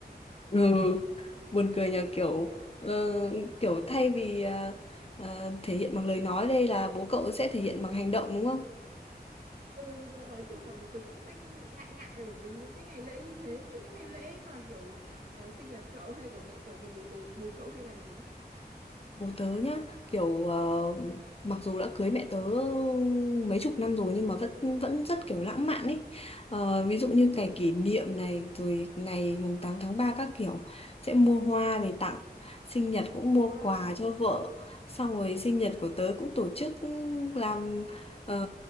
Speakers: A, on the left; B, on the right.
A: Ừ, buồn cười
B: <laughs>
A: nhờ kiểu ờ, kiểu thay vì ờ, ờ, thể hiện bằng lời nói đây là bố cậu sẽ thể hiện bằng hành động đúng không?
B: Ừ, nói, nói chung là bố tớ cũng sẽ ngại ngại bởi vì những cái ngày lễ như thế. Thế những ngày lễ mà kiểu ờ, sinh nhật cậu hay của mẹ cậu thì bố tớ bố cậu hay làm gì?
A: bố tớ nhá kiểu ờ, mặc dù đã cưới mẹ tớ mấy chục năm rồi nhưng mà vẫn vẫn rất kiểu lãng mạn ấy Ờ, ví dụ
B: Ồ,
A: như ngày kỷ niệm này rồi ngày mùng 8 tháng 3 các kiểu sẽ mua hoa về tặng sinh nhật cũng
B: Wow.
A: mua quà cho vợ xong rồi sinh nhật của tớ cũng tổ chức làm ờ,